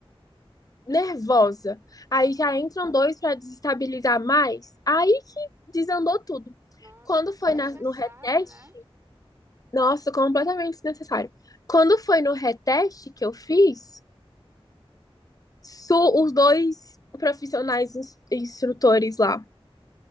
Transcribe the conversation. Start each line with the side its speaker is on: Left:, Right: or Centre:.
Left: nervosa. Aí
Right: aham.
Left: já entram dois pra desestabilizar mais. Aí que desandou tudo.
Right: Nossa,
Left: Quando
Right: desnecessário,
Left: foi na- no reteste,
Right: né?
Left: nossa, completamente desnecessário. Quando foi no reteste que eu fiz, su- os dois profissionais ins- instrutores lá,